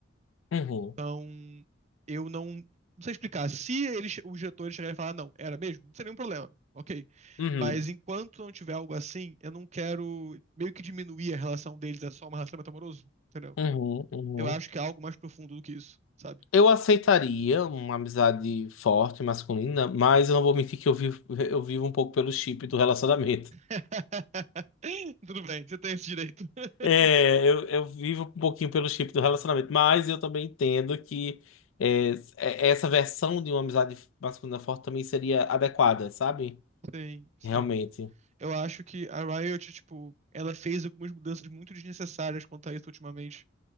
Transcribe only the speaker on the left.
uhum,
uhum,
uhum, uhum.
Eu aceitaria uma amizade forte, masculina, mas eu não vou mentir que eu vivo, eu vivo um pouco pelo chip do relacionamento.
É, eu, eu vivo um pouquinho pelo chip do relacionamento, mas eu também entendo que é, é- essa versão de uma amizade masculina forte também seria adequada, sabe?
Realmente.